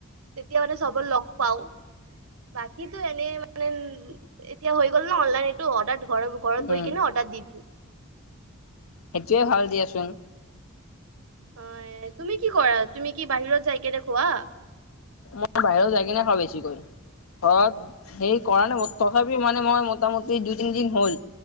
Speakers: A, on the right; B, on the left.
A: তেতিয়া মানে চবৰ লগ পাওঁ। বাকীটো এনেই মানে এতিয়া হৈ গ'ল ন অনলাইন এইটো অৰ্ডাৰ ধৰ
B: উম
A: কিনো অৰ্ডাৰ দিবি
B: সেইটোৱে ভাল দিয়াচোন
A: অ তুমি কি কৰা তুমি কি বাহিৰত যাই কেনে খোৱা?
B: মই বাহিৰৰ যাই কিনে খাওঁ বেছিকৈ। হয় সেই কৰা নাই, তথাপি মানে মই মোটামটি দুই তিনি দিন হ'ল।